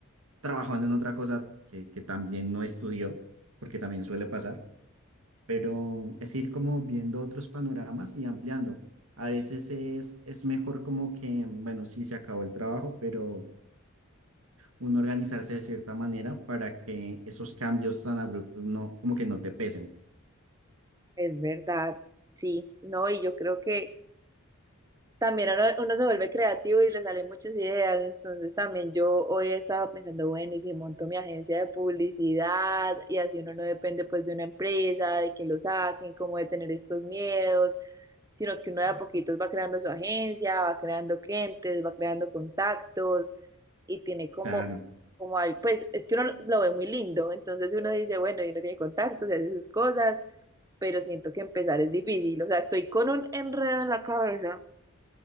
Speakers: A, on the right; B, on the right.
A: trabajando en otra cosa que, que también no estudió, porque también suele pasar, pero es ir como viendo otros panoramas y ampliando. A veces es, es mejor como que, bueno, sí se acabó el trabajo, pero uno organizarse de cierta manera para que esos cambios tan abruptos no, como que no te pesen.
B: Es verdad, sí, no, y yo creo que también uno, uno se vuelve creativo y le salen muchas ideas. Entonces también yo hoy estaba pensando, bueno, y si monto mi agencia de publicidad y así uno no depende pues de una empresa, de que lo saquen, como de tener estos miedos, sino que uno de a poquitos va creando su agencia, va creando clientes, va creando contactos y tiene como...
A: Claro,
B: Como al- pues es que uno lo lo ve muy lindo, entonces uno dice, bueno, y uno tiene contactos y hace sus cosas, pero siento que empezar es difícil, o sea, estoy con un enredo en la cabeza.